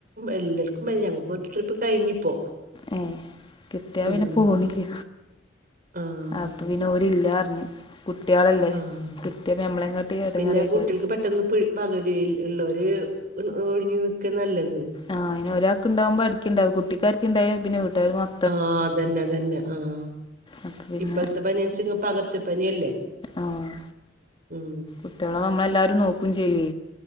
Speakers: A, on the right (about 50°); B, on the left (about 25°).
A: എല്ലർക്കും പനിയ ഞങ്ങക്ക് ഒരു ട്രിപ്പ് കഴിഞ്ഞിപ്പോ
B: ഏ കിട്ടിയ
A: ഉം
B: പിന്നെ പോണില്ല
A: ആഹ്
B: അപ്പൊ പിന്നെോര്ല്ല അറിഞ്ഞ് കുട്ടികളല്ലേ
A: ആഹ്
B: കുട്ടിയെമ്മളേയും കേട്ടി ചടങ്ങറയിക്കാും
A: പിന്നെ കുട്ടികൾക്ക് പെട്ടെന്ന് പകരൽ ഉള്ളവര് ഒഴിഞ്ഞഞ് നിൽക്കാ നല്ലത്
B: ആഹ് അയിന് ഒരാക്ക് ഉണ്ടാവുമ്പോ അടടുക്കണ്ടും കുട്ടിക്കാക്ക് ഉണ്ടോ പിന്നെ വീട്ടാർ മം
A: ആതന്നെ തന്നെ ആഹ്
B: അപ്പൊ പിന്നെ
A: ഇപ്പോഴത്തെ പനിയച്ചിങ്ങ് പകർച്ചപ്പനില്ലേ
B: ആഹ്
A: ഉം
B: കുട്ട്യളെ നമ്മളെല്ലാരും നോക്കയും ചെയ്യേ